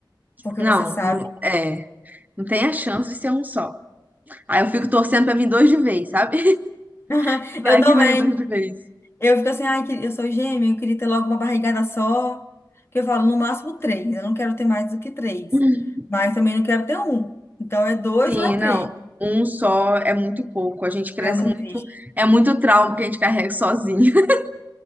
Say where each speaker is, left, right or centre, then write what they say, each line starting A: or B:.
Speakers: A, on the left (about 30°); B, on the right (about 20°).
A: Porque
B: Não,
A: você sabe.
B: não, é. Não tem a chance de ser um só. Aí eu fico torcendo pra vir dois de vez, sabe? <laughs>
A: <laughs>
B: Vai
A: Eu também.
B: que vem dois de vez.
A: Eu fico assim, ai, que- eu sou gêmea, eu queria ter logo uma barrigada só. Que eu falo, no máximo três. Eu não quero ter mais do que três.
B: <laughs>
A: Mas também não quero ter um. Então é dois
B: Sim,
A: ou é três.
B: não. Um só é muito pouco. A gente cresce
A: É muito
B: muito.
A: triste.
B: É muito trauma que a gente carrega sozinho. <laughs>